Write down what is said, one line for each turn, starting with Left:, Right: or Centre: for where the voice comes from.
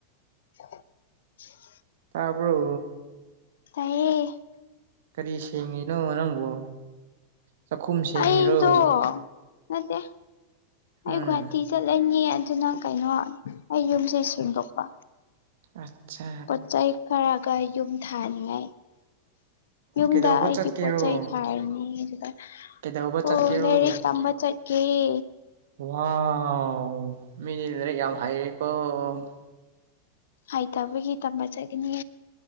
Left: <inaudible>
Right: ꯇꯥꯕ꯭ꯔꯣ
Left: ꯇꯥꯏꯌꯦ
Right: ꯀꯔꯤ ꯁꯦꯡꯉꯤꯅꯣ ꯅꯪꯕꯨ ꯆꯥꯛꯈꯨꯝ ꯁꯦꯡꯉꯤꯔꯣ
Left: ꯑꯩꯗꫭ ꯅꯠꯇ‌ꯦ
Right: ꯎꯝ
Left: ꯑꯩ ꯍꯥꯇꯤ <unintelligible> ꯆꯠꯂꯅꯤ ꯑꯗꯨꯅ ꯀꯩꯅꯣ ꯑꯩ ꯌꯨꯝꯁꯦ ꯁꯦꯡꯗꯣꯛꯄ
Right: ꯑꯆꯥ
Left: ꯄꯣꯠ ꯆꯩꯩ ꯈꯔꯒ ꯌꯨꯝ ꯊꯥꯅꯤꯉꯥꯏ ꯌꯨꯝꯗ
Right: ꯀꯩꯗꯧꯕ
Left: ꯑꯩꯒꯤ
Right: ꯆꯠꯀꯦꯔꯣ
Left: ꯄꯣꯠ ꯆꯩꯩ ꯊꯥꯔꯤꯅꯤ ꯑꯗꯨꯒ
Right: ꯀꯩꯗꯧꯕ
Left: ꯍꫭ
Right: ꯆꯠꯀꯦꯔꯣ
Left: ꯂꯥꯏꯔꯤꯛ ꯇꯝꯕ ꯆꯠꯀ‌ꯦ
Right: ꯋꯥꯎ ꯃꯤꯗꯤ ꯂꯥꯏꯔꯤꯛ ꯌꯥꯝ ꯍꯩꯔ‌ꯦꯀꫭ
Left: ꯍꯩꯇꯕꯒꯤ ꯇꯝꯕ ꯆꯠꯂꯤꯅꯤ